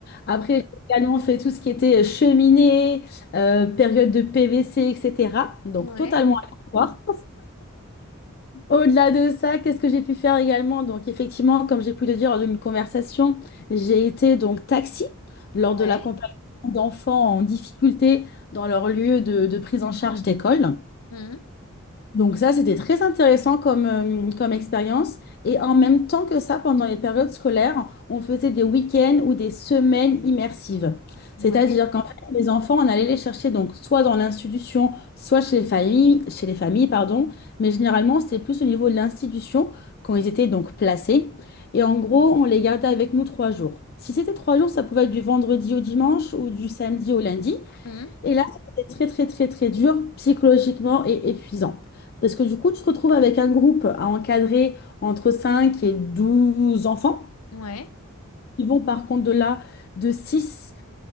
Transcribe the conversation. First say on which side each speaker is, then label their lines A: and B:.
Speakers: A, on the left; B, on the left.
A: Après, j'ai également fait tout ce qui était cheminée, euh, période de PVC, etc. Donc,
B: Ouais.
A: totalement aléatoire. Au-delà de ça, qu'est-ce que j'ai pu faire également? Donc, effectivement, comme j'ai pu le dire lors d'une conversation, j'ai été donc taxi lors
B: Ouais.
A: de l'accompagnement d'enfants en difficulté dans leur lieu de, de prise en charge d'école.
B: Hum,
A: Donc ça, c'était très intéressant comme, euh, comme expérience. Et en même temps que ça, pendant les périodes scolaires, on faisait des week-ends ou des semaines immersives.
B: Ouais.
A: C'est-à-dire qu'en fait, les enfants, on allait les chercher donc soit dans l'institution, soit chez les familles, chez les familles, pardon. Mais généralement, c'était plus au niveau de l'institution quand ils étaient donc placés. Et en gros, on les gardait avec nous trois jours. Si c'était trois jours, ça pouvait être du vendredi au dimanche ou du samedi au lundi.
B: Hum,
A: Et là, c'était très, très, très, très dur psychologiquement et épuisant. Parce que du coup, tu te retrouves avec un groupe à encadrer entre 5 et 12 enfants.
B: Ouais.
A: Ils vont par contre de là de 6